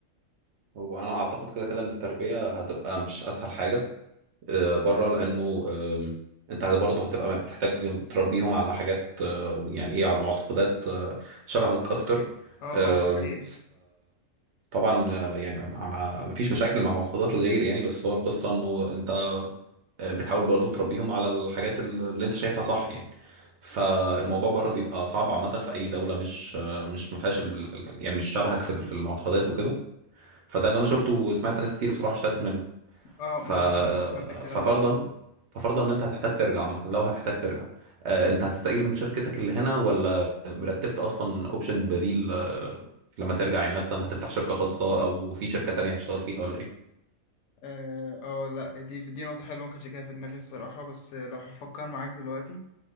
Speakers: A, on the right; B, on the left.
A: هو انا اعتقد كده كده ان التربيه هتبقى مش اسهل حاجه آه، بره لانه آم، انت برضه هتبقى بتحتاج تربيهم على حاجات آه، يعني ايه على معتقدات آه، شبهك اكتر
B: اه
A: آم،
B: اه دي حقيقه
A: طبعا يعني مع مع- مفيش مشاكل مع معتقدات الغير يعني بس هو القصة انه انت بتحاول برضو تربيهم على الحاجات اللي انت شايفها صح يعني فالموضوع بره بيبقى صعب عامة في أي دولة مش مش ما فيهاش ال- يعني مش شبهك في ال- في المعتقدات وكده فده اللي أنا شفته وسمعت ناس كتير بصراحة اشتكت منه
B: اه
A: ف
B: مظبوط سمعت الكلام
A: ففرضا
B: ده
A: ففرضا ان انت هتحتاج ترجع مثلا لو هتحتاج ترجع آه، انت هتستقيل من شركتك اللي هنا ولا مرتبت اصلا اوبشن بديل آه، لما ترجع يعني مثلا هتفتح شركة خاصة او في شركة تانية هتشتغل فيها ولا ايه؟
B: اه آه، لا دي دي نقطة حلوة ما كنتش جاية في دماغي الصراحة بس آه، لو هفكر معاك دلوقتي